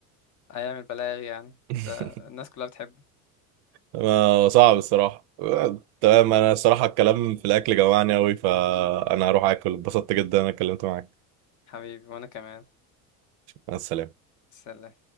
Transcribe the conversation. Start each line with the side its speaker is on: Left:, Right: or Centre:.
Left: هيعمل بلاغ يعني
Right: <laughs>
Left: ده الناس كلها بتحبه
Right: ما- صعب الصراحة تمام انا الصراحة الكلام في الاكل جوعني اوي فانا هروح اكل اتبسطت جدا انا اتكلمت معاك
Left: حبيبي وانا كمان
Right: مع السلامة
Left: سلام